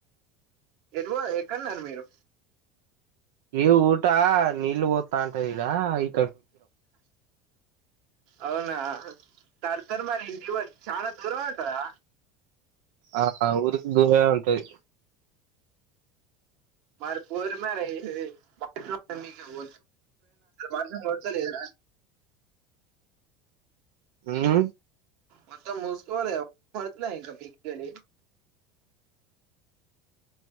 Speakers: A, on the right; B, on the right.
A: ఎటు పోయారు ఎక్కన్నారు మీరు
B: ఈ ఊటా నీల్లు పోత్తాంటే ఈడా ఇ
A: అవునా తర్తర్ మరి ఇంటి పోరి చాలా దూరం ఉంటదా
B: ఆహా ఊరుకి దూరే ఉంటది
A: మరి పోరు మరి <unintelligible> వర్షం కొడతలేదా
B: ఉమ్
A: మొత్తం మూస్కోవలే <unintelligible> ఇంకా <unintelligible>